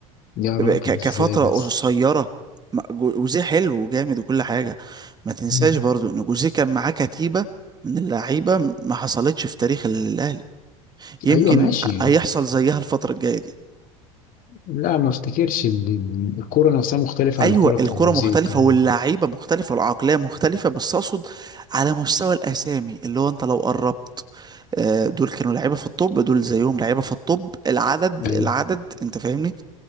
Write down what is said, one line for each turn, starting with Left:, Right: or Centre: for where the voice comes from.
Left: يا راجل
Right: ك- كفترة
Left: ازاي بس
Right: قصيرة ما- جو- جوزيه حلو وجامد وكل حاجة ما تنساش
Left: مم.
Right: برضو إن جوزيه كان معاه كتيبة من اللعيبة ما حصلتش في تاريخ الأهلي يمكن
Left: ايوه ماشي
Right: هيحصل زيها الفترة الجاية دي
Left: لا ما افتكرش ان إن الكورة نفسها مختلفة
Right: ايوه
Left: عن الكورة بتاعت
Right: الكرة
Left: جوزيه
Right: مختلفة
Left: والكلام
Right: واللعيبة
Left: ده
Right: مختلفة والعقلية مختلفة بس اقصد على مستوى الاسامي اللي هو انت لو قربت آه، دول كانوا لعيبة في الطب دول زيهم لعيبة في الطب العدد
Left: ايوه
Right: العدد انت فاهمني